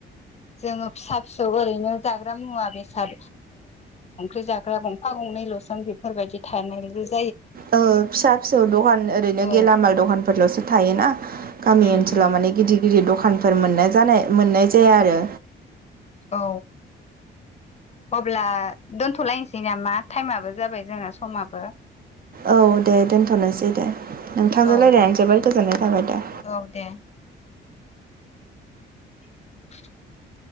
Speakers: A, on the left; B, on the right.
A: जोङो फिसा फिसौ ओरैनो जाग्रा मुवा बेसाद एसां बेफोरबायदि थानाय
B: ओ फिसा फिसौ दखान ओरैनो
A: औ
B: गेलामाल दखानफोरल'सो थायोना गामि
A: उम
B: ओनसोलाव
A: उम
B: माने गिदिर गिदिर दखानफोर मोननाय जानाय मोननाय जाया आरो
A: औ अब्ला दोनथ'लायनोसै नामा टाइमाबो जाबाय जोंना समाबो
B: औ दे दोनथ'नोसै दे नोंथांजों
A: औ
B: रायलायनानै
A: दे
B: जोबोद गोजोननाय थाबाय दे
A: औ दे <inaudible>